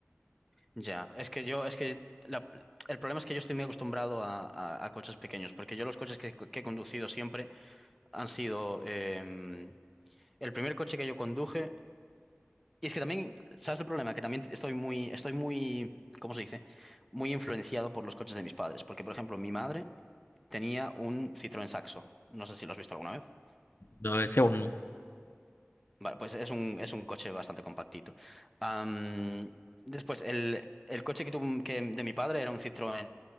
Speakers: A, in the centre; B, on the left (about 60°).
A: ya, es que yo, es que la- el problema es que yo estoy muy acostumbrado a, a- a coches pequeños, porque yo los coches que, que he conducido siempre han sido, em, el primer coche que yo conduje Y es que también, ¿sabes el problema? Que también estoy muy, estoy muy, ¿cómo se dice? Muy influenciado por los coches de mis padres. Porque, por ejemplo, mi madre tenía un Citroën Saxo. No sé si lo has visto alguna vez.
B: No, ese uno,
A: Vale, pues es un, es un coche bastante compactito. Am, después, el, el coche que tuvo, que de mi padre era un Citroën.